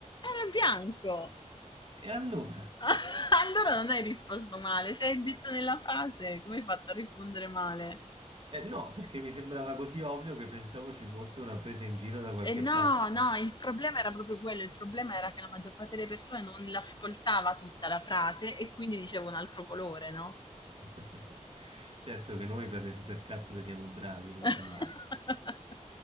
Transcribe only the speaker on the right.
E allora?
Eh, no, perché mi sembrava così ovvio che pensavo ci fosse una presa in giro da qualche
parte.
<laughs> Certo che noi per le supercazzole siamo bravi, noi
italiani.